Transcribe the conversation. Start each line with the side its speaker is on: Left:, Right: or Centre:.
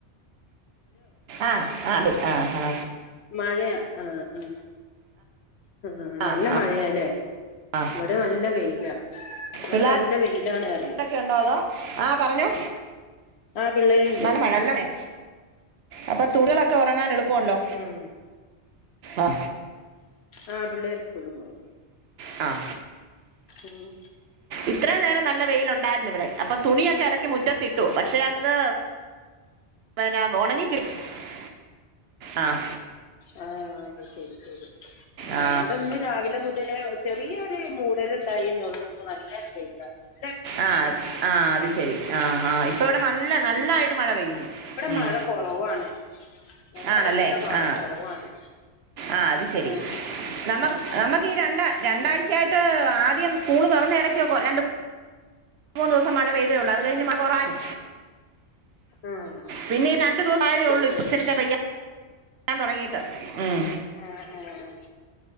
Right: ആഹ ആ ആഹ് ആഹ
Left: മഴയാ ആഹ് ആഹ് ആഹ ഹ ഹാ
Right: ആ ആ
Left: നല്ല
Right: ആ
Left: മഴയല്ലേ
Right: ആ
Left: ഇവിടെ നല്ല വെയിലാ ഇവിടെ
Right: പിള്ളേർ
Left: നല്ല വെയിലാണ് പറിയ
Right: ഒക്കെ ഉണ്ടോ അതോ ആ പറഞ്ഞോ
Left: ഉം ആ പിള്ളേരുണ്ട്
Right: നല്ല മഴ അല്ലേ അപ്പൊ തുണികളൊക്കെ ഉറങ്ങാൻ എളുപ്പല്ലോ
Left: ഉം
Right: ആ
Left: ആ പിള്ളേർ സ്കൂള് പോയി
Right: ആ
Left: ഉം
Right: ഇത്രയും നേരം നല്ല വെയില ഉണ്ടായിരുന്നു ഇവിടെ അപ്പം തുണിയൊക്കെ ഇലക്കി മുറ്റത്തിട്ടു പക്ഷെ അത് ഇ നാ ഉണങ്ങിക്ക <unintelligible> ആ
Left: ആ ശരി ശരി
Right: ആ
Left: ഇവിടെ ഒന്ന് രാവിലെ മുതല് ചെറിയരു മൂടലും ഇന്നൊന്ന് സുട്ട <unintelligible>
Right: ആ ആഹ് അത് ശരി ആഹ് ആഹ് ഇപ്പ ഇവിടെ നല്ല നല്ലായിട്ട്
Left: ഉം
Right: മഴ പെയ്യുന്നു ഉം
Left: മഴ ഇവിടെ കുറവാണ് നമ്മടെ
Right: ആണല്ലേ
Left: നല്ല മഴ
Right: ആ
Left: കുറവാണ്
Right: ആ അത് ശെരി
Left: ആ ആ ആ
Right: നമ്മ
Left: കുറവാണ്
Right: നമക്ക് ഈ രണ്ട രണ്ടാഴ്ചയായിട്ട്
Left: ആ
Right: ആദ്യം സ്കൂള് തുറന്ന ഇടയ്ക്കോക്കെ രണ്ട് മൂന്ന് മൂന്ന് ദിവസം മഴ പെയ്തേള്ളു അത് കഴിഞ്ഞ് മഴ കൊറായി
Left: ആ
Right: പിന്നെ ഈ രണ്ടു ദിവസം ആയതേ ഉള്ളൂ
Left: ശരി
Right: ഇചരിച്ചാ
Left: ആ
Right: പയ്യാൻ തുടങ്ങീട്ട് ഉം
Left: ആ ആ ആ